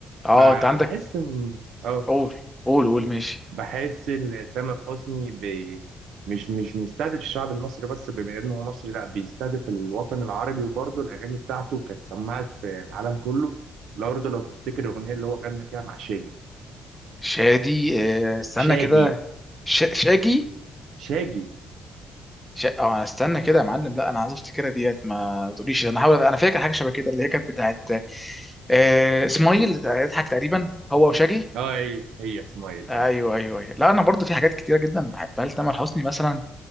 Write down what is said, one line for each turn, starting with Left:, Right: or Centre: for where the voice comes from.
Centre: اه
Right: ب-
Centre: انت عندك
Right: بحس ان اه
Centre: قول قول قول ماشي
Right: بحس ان تامر حسني بي مش مش مستهدف الشعب المصري بس بما انه هو مصري لا بيستهدف الوطن العربي وبرضه الاغاني بتاعته كانت سمعت في العالم كله لو برضه لو تفتكر الاغنيه اللي هو غنى فيها مع شاجي
Centre: شادي آه، استنى
Right: شاجي
Centre: كده ش... شاجي
Right: شاجي
Centre: ش... اه استنى كده يا معلم لا انا عايز افتكرها ديت ما تقوليش انا هحاول انا فاكر حاجه شبه كده اللي هي كانت بتاعت آه، اسماعيل يضحك تقريبا هو وشاجي
Right: اه هي هي اسمها ايه
Centre: ايوه ايوه ايوه لا انا برضه في حاجات كتيره جدا بحبها لتامر حسني مثلا